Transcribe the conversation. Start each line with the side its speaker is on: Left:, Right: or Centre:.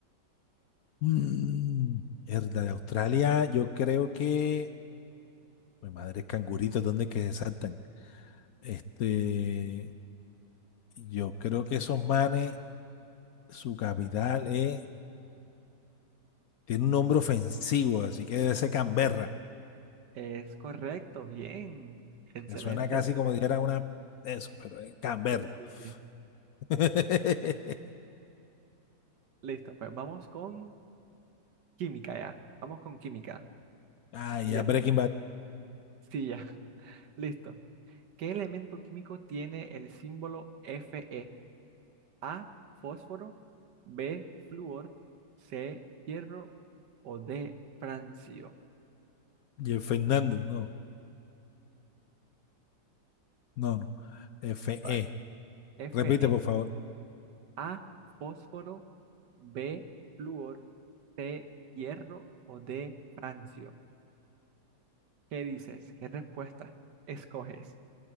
Left: Mm, mierda, de Australia, yo creo que. Mi madre es cangurito, ¿dónde que se saltan? Este. Yo creo que esos manes, su capital es. Tiene un nombre ofensivo, así que debe ser Canberra.
Right: Es correcto, bien. Excelente,
Left: Me suena casi
Right: excelente.
Left: como si era una. Eso, pero es Canberra.
Right: Sí, sí, sí.
Left: <laughs>
Right: Listo, pues vamos con... Química ya. Vamos con química.
Left: Ah, ya
Right: Ya.
Left: Breaking Bad.
Right: Sí, ya. <laughs> Listo. ¿Qué elemento químico tiene el símbolo Fe? A, fósforo, B, flúor, C, hierro o D, francio.
Left: Y el Fernando, no. No, no. F
Right: Vale.
Left: E
Right: Fe.
Left: Repite, por favor.
Right: A, fósforo, B, flúor, C, hierro o D, francio. ¿Qué dices? ¿Qué respuesta escoges?